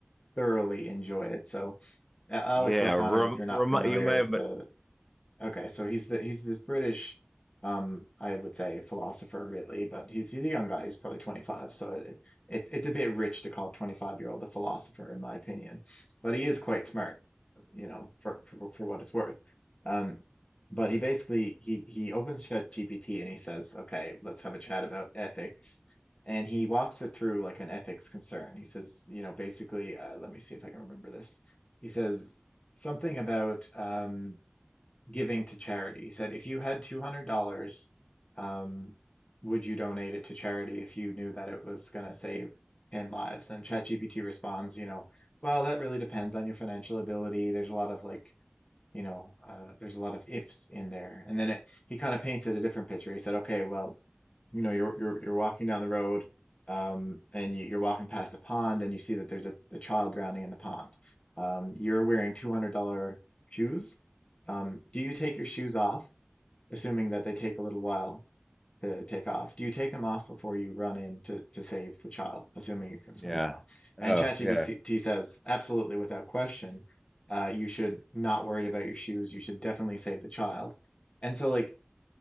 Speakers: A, on the left; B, in the centre.
A: thoroughly enjoy it. So, A- Alex
B: be? Yeah,
A: O'Connor,
B: rem-
A: if you're not
B: rem-
A: familiar,
B: you may
A: is
B: have,
A: the Okay, so he's the he's this British, um, I would say philosopher really, but he's he's a young guy. He's probably 25, so it, it's it's a bit rich to call a 25 year old a philosopher in my opinion. But he is quite smart, you know, for for, for what it's worth. Um, but he basically he he opens ChatGPT and he says, "Okay, let's have a chat about ethics." And he walks it through like an ethics concern. He says, you know, basically, uh, let me see if I can remember this. He says something about um giving to charity. He said, if you had $200, um, would you donate it to charity if you knew that it was going to save in lives? And ChatGPT responds, you know, well, that really depends on your financial ability. There's a lot of like, you know, uh, there's a lot of ifs in there. And then it, he kind of painted a different picture. He said, okay, well, you know you're you're you're walking down the road um and you, you're walking past a pond and you see that there's a, a child drowning in the pond um you're wearing $200 shoes um do you take your shoes off assuming that they take a little while to take off do you take them off before you run in to to save the child assuming you can swim
B: yeah.
A: well
B: Oh,
A: and ChatGPT
B: yeah.
A: says absolutely without question uh you should not worry about your shoes you should definitely save the child and so like